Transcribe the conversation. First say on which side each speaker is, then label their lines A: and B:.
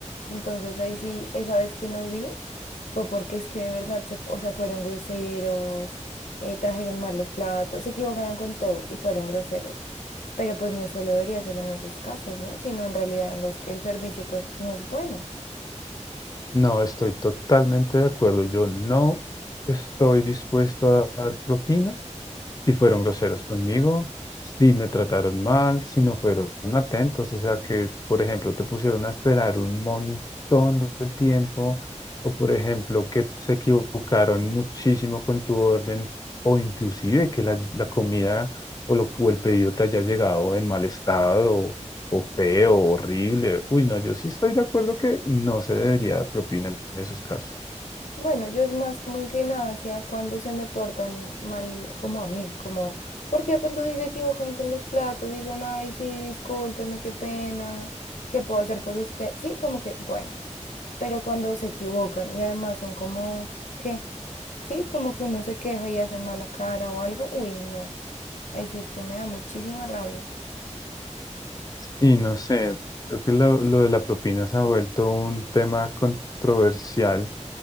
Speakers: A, on the left (about 80°); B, on the left (about 30°).
A: Entonces ahí sí, esa vez que no di, fue porque es que de verdad, se, o sea, fueron groseros, eh, trajeron mal los platos, se equivocaron con todo y fueron groseros. Pero pues no solo debería ser en esos casos, ¿no? Sino en realidad en los que el servicio pues no es bueno.
B: No, estoy totalmente de acuerdo. Yo no estoy dispuesto a dar propina si fueron groseros conmigo, si me trataron mal, si no fueron atentos, o sea que, por ejemplo, te pusieron a esperar un montón de tiempo, o por ejemplo, que se equivocaron muchísimo con tu orden, o inclusive que la, la comida o, lo, o el pedido te haya llegado en mal estado. O, o feo, horrible. Uy, no, yo sí estoy de acuerdo que no se debería dar propina en esos casos.
A: Bueno, yo es más como inclinada hacia cuando se me portan mal como a mí, como, porque de pronto si se equivocan con los platos y son, ay, sí, discúlpeme, qué pena, ¿qué puedo hacer por usted? Sí, como que, bueno, pero cuando se equivocan y además son como, ¿qué? Sí, como que uno se queja y hacen mala cara o algo, uy, no, ahí sí es que me da muchísima rabia.
B: Y no sé, creo que lo, lo de la propina se ha vuelto un tema controversial